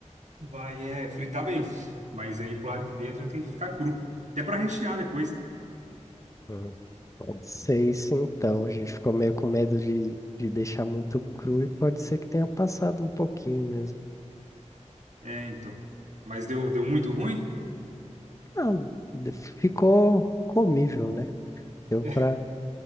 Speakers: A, on the right; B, on the left.
A: vai, é, fritar bem. Mas aí pro lado de dentro ele tem que ficar cru. Até pra rechear depois, né?
B: Hum. Pode ser isso, então. A gente ficou meio com medo de, de deixar muito cru e pode ser que tenha passado um pouquinho mesmo.
A: É, então. Mas deu, deu muito ruim?
B: Ah, de- ficou comível, né? Deu
A: <laughs>
B: pra,